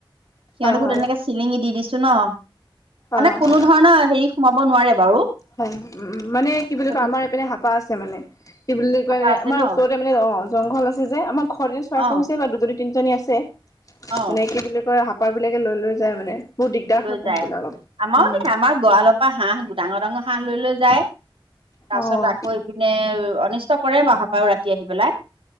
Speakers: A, on the right (about 75°); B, on the left (about 40°).
A: সিহঁতকো
B: হয়।
A: তেনেকে চিলিঙি দি দিছো ন। মানে
B: অ'
A: কোনো
B: হয়
A: ধৰণৰ হেই সোমাব নোৱাৰে বাৰু।
B: হয় উ, উ মানে কি বুলি
A: সেইটো
B: কয় আমাৰ এইপিনে হাপা আছে মানে। কি বুলি
A: চাফা
B: কয়
A: আছে
B: আমাৰ
A: ন
B: ওচৰতে মানে অ' জংঘল আছে যে, আমাৰ ঘৰতে চৰাই
A: অ
B: পুহিছে ন দুজনী তিনিজনী আছে
A: অ
B: মানে কি বুলি কয় হাপাৰবিলাকে লৈ লৈ যায় মানে। বহুত দিগদাৰ
A: লৈ
B: হয় পুহিবলৈ
A: যায়
B: অলপ।
A: আমাৰো
B: উম
A: দেই আমাৰ গোৱালৰ পৰা হাঁহ ডাঙৰ ডাঙৰ খান লৈ লৈ যায়, তাছত
B: অ'
A: আকৌ ইপিনে অত অনিষ্ট কৰে বাও হাপাও ৰাতি আহি পেলাই।